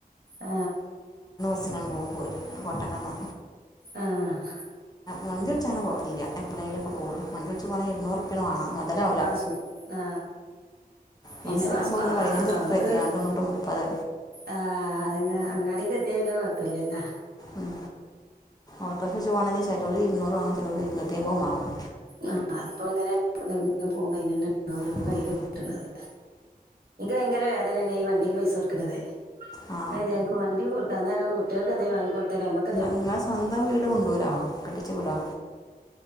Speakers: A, on the right; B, on the left.
A: ആ
B: എക്സിഡാണ് മോൻ പോയ്‌ കോട്ടക്കന്നാ
A: ആഹ
B: വണ്ടി ൾച്ചാണ് പോവേല്ല എപ്പളെങ്കിലും പോവൊള്ളൂ വണ്ടി ൾച്ച് പോവാൻ ഇുന്നൂറുപ്പ്യ മാണം മൊതലാവുല
A: സു ആ പിന്നെ
B: ബസ്സിനാകുമ്പോൾ
A: ബസ്സ് കാ
B: പിന്നെ പതിനഞ്ച്
A: ടൗണ്ക്ക്ണ്ട്
B: റുപ്യ മതി ആണ്ടും ഇങ്ങോട്ടും മുപ്പത്
A: ആഹ അന്നെ അങ്ങാടിക്ക് എത്തിയാ പിന്നെ കൊഴപ്പല്ലല്ലോ
B: ഉം ഓട്ടോക്ക് വിളിച്ച് പോണങ്കില് ചെലോര് ഇരുന്നൂറ് വങ്ങും ചെലോര് ഇരുന്നൂറ്റി അയ്മ്പും മാങ്ങും
A: ആ ഇപ്പളങ്ങനെ ഇപ്പള് പോവുമ്പോ അയിനന്നെ
B: ഉം.
A: കയില് കിട്ട്ന്നത് ഇൻക്ക് ഭയങ്കര വേദനനെന് ഈ വണ്ടില് പൈസ കൊടുക്കുന്നത്
B: ആ
A: ഞാ വിചാരിക്കും വണ്ടി കൊടുക്കാ അന്നേരം കുട്ട്യേക്ക് എന്തെലും വാങ്ങിക്കൊട്ത്താല് നമക്ക്
B: നിങ്ങളെ സ്വന്തം വീട് മുണ്ടുരാ കെട്ടിച്ച വിടാ